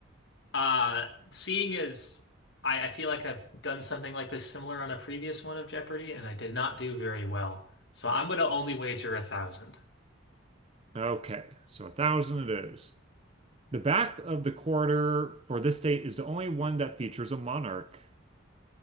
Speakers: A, on the left; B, on the right.
A: Uh, seeing as I, I feel like I've done something like this similar on a previous one of Jeopardy, and I did not do very well. So I'm gonna only wager a thousand.
B: Okay, so a thousand it is. The back of the quarter for this state is the only one that features a monarch.